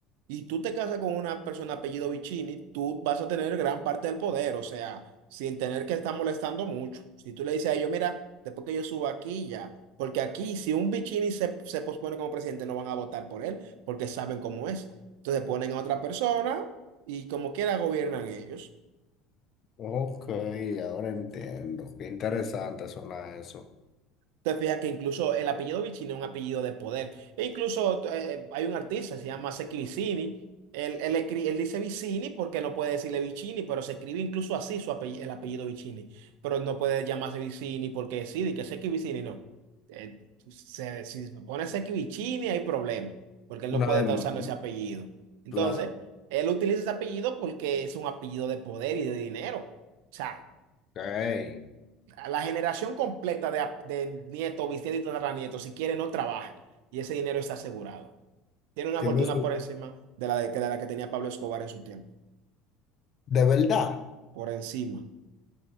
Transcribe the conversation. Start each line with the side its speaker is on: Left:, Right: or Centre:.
Right: y tú te casas con una persona apellido Vicini, tú vas a tener gran parte del poder, o sea, sin tener que estar molestando mucho. Si tú le dices a ellos, mira, después que yo suba aquí ya, porque aquí si un Vicini se, se pospone como presidente no van a votar por él porque saben cómo es. Entonces ponen a otra persona y como quiera gobiernan ellos.
Left: Ok, ahora entiendo. Qué interesante suena eso.
Right: Te fijas que incluso el apellido Vicini es un apellido de poder. E incluso eh, hay un artista, se llama Seki Vicini. Él, él, escri- él dice Vicini porque no puede decirle Vicini, pero se escribe incluso así su apell- el apellido Vicini. Pero no puede llamarse Vicini porque sí, di que Seki Vicini no. Eh, se- si se pone Seki Vicini hay problema porque él no
Left: Una
Right: puede
Left: demanda.
Right: estar usando
Left: ¿no?
Right: ese apellido. Entonces,
Left: Claro.
Right: él utiliza ese apellido porque es un apellido de poder y de dinero. O sea,
Left: Ok.
Right: La generación completa de, de nieto, bisnieto y tataranieto, si quiere, no trabaja. Y ese dinero está asegurado. Tiene una
Left: Tiene
Right: fortuna
Left: su,
Right: por encima de la, de, que- de la que tenía Pablo Escobar en su tiempo.
Left: De verdad.
Right: Por encima.